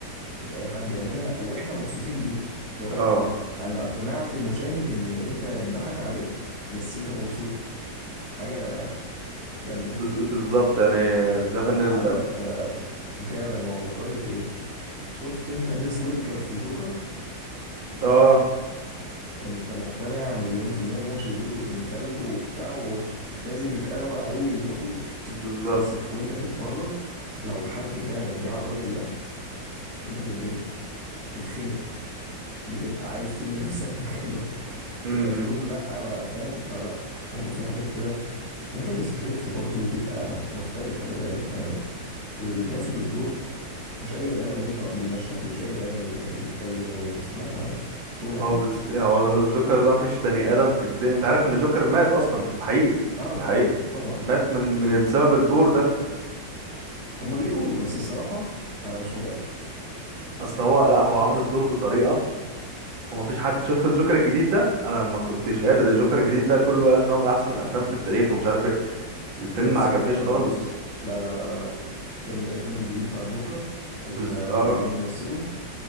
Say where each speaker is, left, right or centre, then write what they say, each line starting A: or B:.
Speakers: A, on the right; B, on the right.
A: مش اي حد يعملها واحنا مبسوطين بيها اللي هو
B: اه
A: انا اقنعت المشاهد ان انت اتضحك عليك بس انت مبسوط حاجه جامده
B: بز- بالظبط يعني ده
A: ع-
B: من ال
A: عارف آه، فعلا هو فكرني بايه شفت انت هيث ليدجر في الجوكر
B: اه
A: انت مقتنع مليون في المية ان هو شرير وابن كلب وبتاع ولازم يتقبض عليه ويموت
B: بالظبط
A: بس في وانت بتتفرج لو حد فعلا جه على الراجل ده انت بتتضايق بتتخنق بتبقى عايز ترمي نفسك <laughs> مكانه
B: امم
A: تبقى تقول لهم لا بقى، فاهم فلا هم في حاجات كده يا اخي السكريبت برضو بيبقى مختلف خلي بالك يعني اللي بيجسد الدور مش اي بني ادم ينطق بالمشهد ومش اي بني ادم ي- يتكلم و... لا لا لا شغل عادي
B: هو بس هو الجوكر ده مفيش بني ادم في الدنيا انت عارف ان الجوكر مات اصلا في الحقيقي
A: اه
B: في الحقيقي
A: طبعا طبعا
B: مات من من بسبب الدور ده
A: هم بيقولوا بس الصراحة انا مش متأكد
B: اصل هو لا هو
A: صراحة
B: عمل الدور بطريقه هو مفيش حد شفت الجوكر الجديد ده انا ما كنتش قادر الجوكر الجديد ده كله قال ان هو من احسن الافلام في التاريخ ومش عارف ايه الفيلم
A: بس
B: ما عجبنيش
A: هو فعلا
B: خالص
A: اه لا لا لا لا لا فيلم الفيلم الجديد بتاع الجوكر ال-
B: بز...
A: اللي
B: اه
A: كان بيمثله